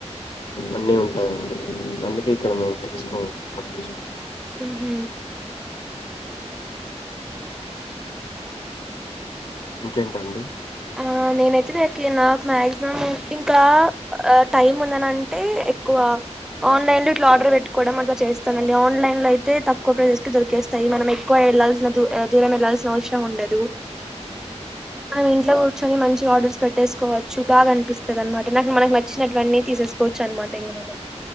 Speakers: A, on the left; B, in the centre.
A: అన్ని ఉంటాయండి అందుకే ఇక్కడ మేము తీసుకోము అక్కడ తీసుకుంటం
B: హ్ హ్
A: ఇంకేంటండి
B: ఆ నేనైతే నాకి నాకు మాక్సిమం ఇంకా ఆ టైమ్ ఉం నంటే ఎక్కువ ఆన్లైన్ లో ఇట్లా ఆర్డర్ పెట్టుకోవడం. అట్లా చేస్తానండి. ఆన్లైన్ లో అయితే తక్కువ ప్రైజేస్ కి దొరికేస్తాయి మనం ఎక్కువ వెళ్లాల్సిన దూరం వెళ్లాల్సిన అవసరం ఉండదు. మనం ఇంట్ల కూర్చొని మంచిగా ఆర్ ర్డర్స్ పెట్టేస్కు కోవచ్చు బాగా అనిపిస్తది. అన్నమాట నాకు మనకు నచ్చి నట్టు వన్నీ తీసేసుకోవచ్చు. అన్నమాట ఇంక మనం